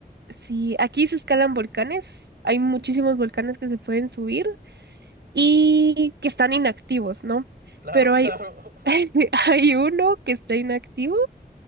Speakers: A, on the right; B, on the right.
A: Sí, aquí se escalan volcanes, hay muchísimos volcanes que se pueden subir y que están inactivos, ¿no?
B: Claro,
A: Pero
B: claro.
A: hay,
B: <laughs>
A: <laughs> hay uno que está inactivo